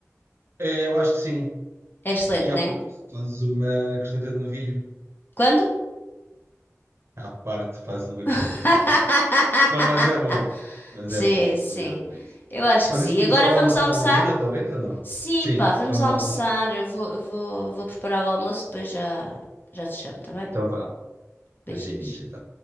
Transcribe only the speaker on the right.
É, eu acho que sim.
E à
parte, fazes uma costeleta de novilho.
À parte, fazes uma costeleta
de novilho. Não, mas é bom. Mas
é bom.
Mas é bom mesmo.
Mas
isso
podemos
falar
noutra
altura, talvez, ou não?
Sim,
vamos
almoçar.
Então vá.
Beijinhos, então.